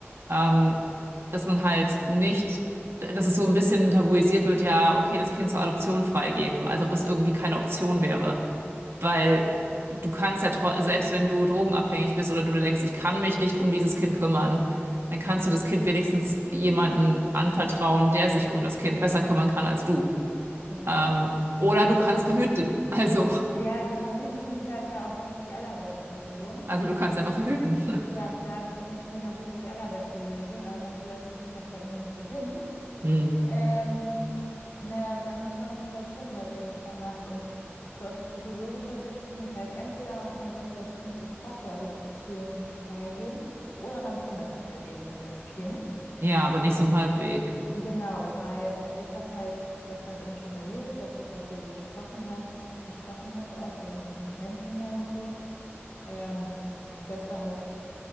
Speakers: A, on the right; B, on the left.
A: ähm, dass man halt nicht, dass es so ein bisschen tabuisiert wird, ja, okay, das Kind zur Adoption freigeben, als ob das irgendwie keine Option wäre. Weil du kannst ja, tro- selbst wenn du drogenabhängig bist oder du dir denkst, ich kann mich nicht um dieses Kind kümmern, dann kannst du das Kind wenigstens jemanden anvertrauen, der sich um das Kind besser kümmern kann als du.
B: Ja,
A: Ähm, oder du kannst verhüten. Also,
B: ja, also verhüten finde ich halt da auch wirklich die allerbeste Lösung.
A: also du kannst einfach verhüten. <laughs>
B: Ja, da bin, das finde ich auch wirklich die allerbeste Lösung, aber manche Leute kriegen das ja irgendwie nicht so hin.
A: Hm.
B: Ähm, naja, und dann muss man sich halt schon überlegen, was man macht. Und so aus psychologischer Sicht finde ich halt, entweder man sollte das Kind sofort zur Adoption freigeben oder man kümmert sich halt eben um das Kind.
A: Ja, aber nicht so ein Halbweg.
B: Genau, weil, also ich habe halt das dann eben schon erlebt, was du gerade so gesprochen hast, besprochen hast auch, also mit diesen Heimkindern und so. Ähm, und das war halt,